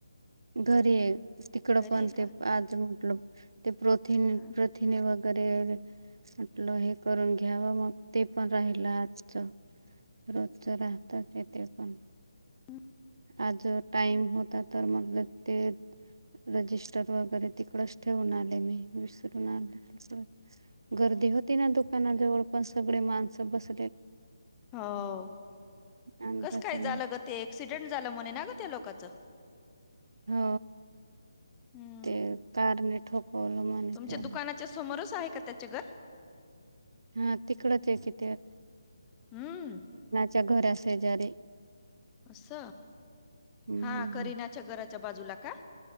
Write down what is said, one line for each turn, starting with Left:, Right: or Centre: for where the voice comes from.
Right: घरी आहे तिकडं
Left: घरी
Right: पण
Left: आहे का
Right: ते आज म्हटल ते प्रथि
Left: हम्म.
Right: प्रथिने व वगैरे म्हटलं हे करून घ्यावं मग ते पण राहिलं आजच रोज राहतात येथे पण
Left: हम
Right: आज टाइम होता तर मगल ते रजिस्टर वगैरे तिकडच ठेवून आले मी विसरून आले गर्दी होती ना दुकानाजवळ पण सगळे माणसं बस
Left: हो
Right: आणलंच
Left: कस काय
Right: नाही
Left: झालं ग ते ऍक्सिडेंट झालं म्हणे ना ग त्या लोक कच
Right: हो
Left: हम्म
Right: ते कारने ठोकवलं म्हणे
Left: तुमच्या
Right: त्याला
Left: दुकानाच्या समोरच आहे का त्याच्या घर
Right: हा तिकडच आहे कि ते
Left: हम्म
Right: च्या घरा शेजारी
Left: अस
Right: हम्म.
Left: हा करीनाच्या घराच्या बाजूला का